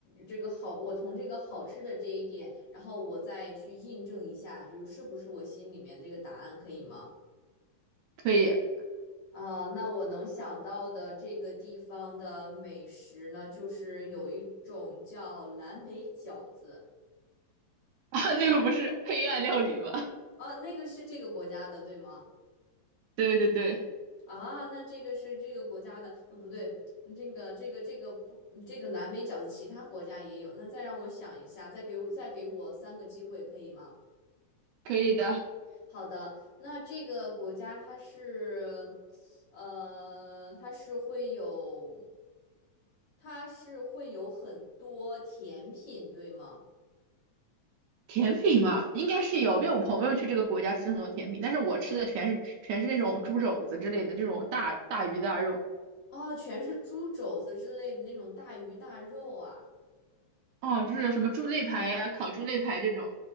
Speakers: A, on the left; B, on the right.
A: 这个好，我从这个好吃的这一点，然后我再去印证一下，就是是不是我心里面这个答案可以吗？
B: 可以。<laughs>
A: 啊，那我能想到的这个地方的美食呢，就是有一种叫蓝莓饺子
B: 啊，那个不是黑暗料理吗？
A: 啊，那个是这个国家的，对吗？
B: <laughs> 对对对，
A: 啊，那这个是这个国家的，呃，不对，嗯这个这个这个不，嗯这个蓝莓饺子其他国家也有。那再让我想一下，再给我再给我三个机会，可以吗？
B: 可以的。
A: 好的，那这个国家它是，呃，它是会有，它是会有很多甜品，对吗？
B: 甜品嘛，应该是有，因为我朋友去这个国家吃很多甜品，但是我吃的全是全是那种猪肘子之类的这种大大鱼大肉。
A: 哦，全是猪肘子之类的那种大鱼大肉啊。
B: 哦，就是什么猪肋排呀、烤猪肋排这种。